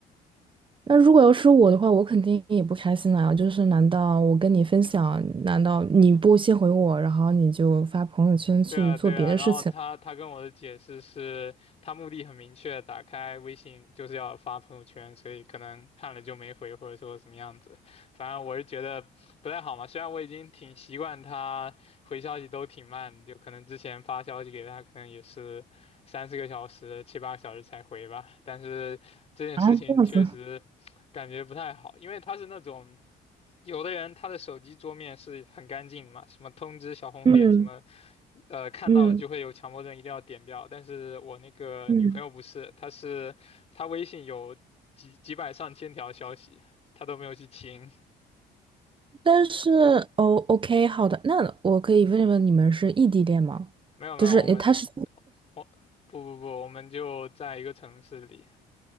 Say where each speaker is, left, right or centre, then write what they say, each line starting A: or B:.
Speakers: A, on the right; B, on the left.
A: 那如果要是我的话，我肯定也不开心啊。就是难道我跟你分享，难道你不先回我，然后你就发朋友圈去做别的事情？
B: 对啊，对啊，然后他他跟我的解释是，他目的很明确，打开微信就是要发朋友圈，所以可能看了就没回，或者说什么样子。反正我是觉得不太好嘛，虽然我已经挺习惯他回消息都挺慢，就可能之前发消息给他，可能也是三四个小时、七八个小时才回吧，但是这件事情确实
A: 啊，这样子，
B: 感觉不太好，因为他是那种。有的人他的手机桌面是很干净的嘛，什么通知小红点什么，
A: 嗯
B: 呃，看到了就会有强迫症，
A: 嗯。
B: 一定要点掉。但是我那个女朋友不是，
A: 嗯，
B: 她是她微信有几几百上千条消息，她都没有去清。
A: 但是哦，OK，好的，那我可以问一问，你们是异地恋吗？
B: 没有没有，
A: 就是他是
B: 我们我不不不，我们就在一个城市里。